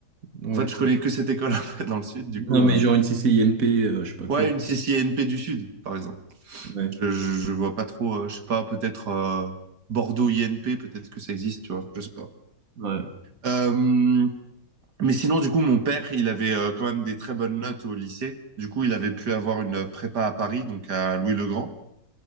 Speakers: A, on the right (about 50°); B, on the right (about 65°).
A: Ouais.
B: en fait, je connais que cette école <laughs> en fait, dans le sud, du coup,
A: Non, mais
B: euh,
A: genre une CCINP, euh, je sais pas
B: ouais,
A: quoi.
B: une C C N P du sud, par exemple.
A: Ouais.
B: Je, je, je vois pas trop, euh, je sais pas, peut-être euh, Bordeaux I N P peut-être que ça existe, tu vois, je sais pas.
A: Ouais.
B: Euh, mais sinon, du coup, mon père, il avait euh, quand même des très bonnes notes au lycée, du coup, il avait pu avoir une prépa à Paris, donc à Louis-le-Grand.